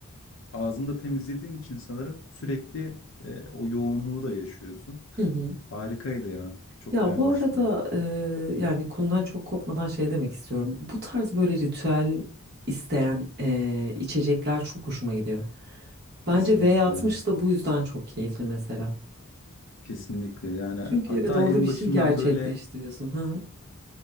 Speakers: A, on the left (about 60°); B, on the right (about 45°).
A: ağzını temizlediğin için sanırım sürekli, eee, o yoğunluğu da yaşıyorsun.
B: Hı hı.
A: Harikaydı ya. Çok
B: Ya
A: beğenmiştim.
B: bu arada e, yani konudan çok kopmadan şey demek istiyorum. Bu tarz böyle ritüel isteyen e, içecekler çok hoşuma gidiyor.
A: Kesinlikle.
B: Bence V60 da bu yüzden çok keyifli mesela.
A: Kesinlikle. Yani
B: Çünkü
A: hatta
B: evet orada
A: en
B: bir şey
A: başından
B: gerçekleştiriyorsun.
A: böyle
B: Hı hı.